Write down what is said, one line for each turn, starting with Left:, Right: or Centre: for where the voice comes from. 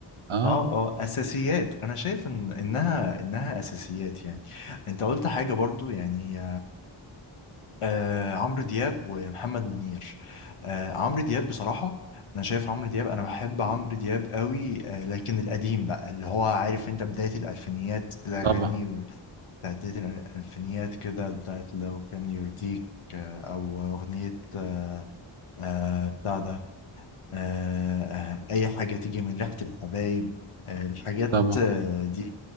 Right: اه
Left: اه اه اساسيات انا شايف ان انها انها اساسيات يعني انت قلت حاجه برضو يعني آه عمرو دياب ومحمد منير آه عمرو دياب بصراحه انا شايف عمرو دياب انا بحب عمرو دياب قوي آه لكن القديم بقى اللي هو عارف انت بدايه الالفينيات الاغاني
Right: طبعا
Left: بتاعت بدايه الالفينيات كده بتاعت لو كان يرضيك آه، او اغنيه آه آه، بتاع ده آه، آه، أي حاجة تيجي من ريحة الحبايب آه، الحاجات
Right: طبعا
Left: آه، دي